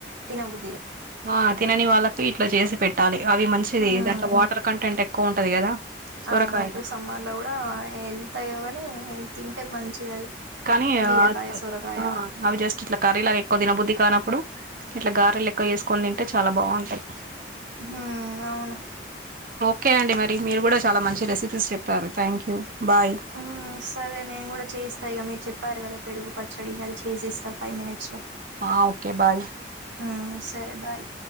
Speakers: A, on the right; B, on the right.
A: తినబు
B: ఆ తినని వాళ్ళతో ఇట్లా చేసి పెట్టాలి అవి మంచిది
A: హ్మ్
B: దాంట్లో వాటర్ కంటెంట్ ఎక్కువ ఉంటది కదా. సొరకాయలో
A: అవును ఇప్పుడు సమ్మర్లో కూడా వెళ్తాయో కాని తింటే మంచిది అది
B: కానీ
A: బీరకాయ
B: అ
A: సొరకాయ
B: ఆ అవి జస్ట్ ఇట్లా కర్రీ లాగా ఎక్కువ దినబుద్ధి కానప్పుడు ఇట్లా గారలు లెక్క చేసుకొని తింటే చాలా బాగుంటాయి
A: ఊహ అవును
B: ఓకే అండి మరి మీరు కూడా చాలా మంచి రెసిపీస్ చెప్పారు థ్యాంక్ యూ బాయ్
A: హు సరే నేను కూడా చేయిస్తాయి ఇగ మీరు చెప్ప చెప్పారు కదా పెరుగు పచ్చడి అది చేసేస్తా ఫైవ్ మినిట్స్ లో
B: ఆ ఓకే బాయ్
A: హా సరే బాయ్